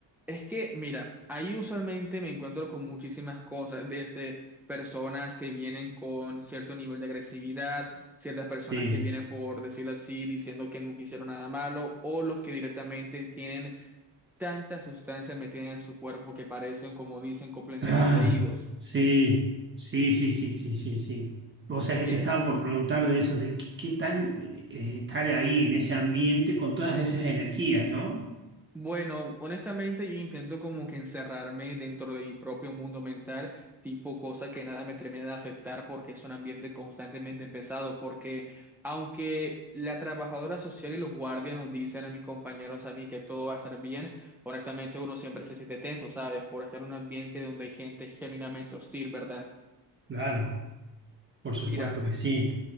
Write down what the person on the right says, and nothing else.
Sí.
Ah,
sí, sí, sí, sí, sí, sí, sí. Vos sabés
que te estaba por preguntar de eso, de qué, qué tal eh, estar ahí en ese ambiente con todas esas energías, ¿no?
Claro, por supuesto
que sí.